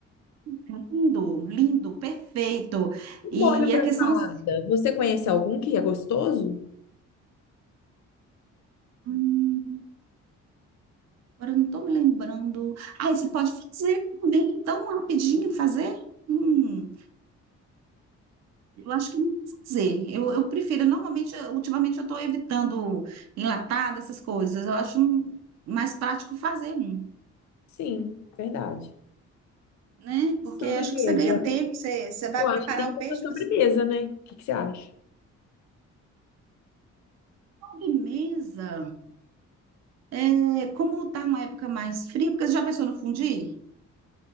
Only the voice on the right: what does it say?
Lindo, lindo, perfeito. E
a questão
assim,
hum, agora eu não tô me lembrando. Ah, e você pode fazer também, tão rapidinho fazer? Hum. Eu acho que não sei dizer. Eu, eu prefiro, normalmente, eu- ultimamente eu estou evitando enlatado, essas coisas. Eu acho um- mais prático fazer um,
né? Porque
acho que você ganha tempo, você, você vai
preparar
o
peixe,
e você
sobremesa. É, como está uma época mais fria, porque você já pensou no fundir?